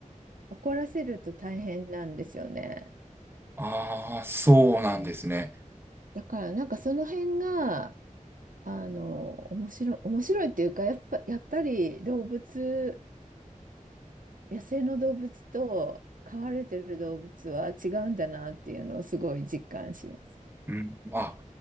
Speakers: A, on the right (about 80°); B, on the right (about 15°).
A: 怒らせると大変なんですよね。
B: ああ、そうなんですね。
A: だからなんかその辺が、あの、面白い、面白いっていうか、やっぱ、やっぱり動物、野生の動物と飼われてる動物は違うんだなっていうのをすごい実感します。
B: うん、あ、